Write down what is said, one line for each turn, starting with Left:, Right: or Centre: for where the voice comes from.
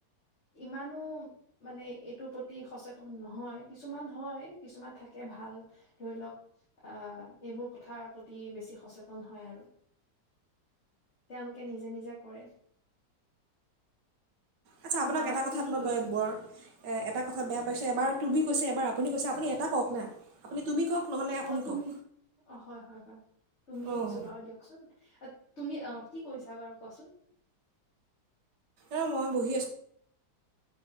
Left: ইমানো মানে এইটোৰ প্ৰতি সচেতন নহয়, কিছুমান হয়, কিছুমান থাকে ভাল। ধৰি লওক আহ, এইবোৰ কথা প্ৰতি বেছি সচেতন হয় আৰু। তেওঁলোকে নিজে নিজে কৰে।
Right: আচ্ছা আপোনাক
Left: বা
Right: এটা
Left: আপুনি
Right: কথাত
Left: কি
Right: মই
Left: কৰিছে
Right: বৰ বৰ, এ এটা কথাত বেয়া পাইছোঁ, এবাৰ তুমি কৈছে এবাৰ আপুনি কৈছে। আপুনি এটা কওক না, আপুনি তুমি কওক নহ'লে আপুনি
Left: অ, তুমি।
Right: কওক
Left: অ হয়, হয়, হয়। তুমিয়ে
Right: অঁ
Left: কৈছো বাৰু দিয়কচোন। <inaudible> তুমি, অ' কি কৰিছা বাৰু, কোৱাচোন।
Right: এ মই বহি আছোঁ।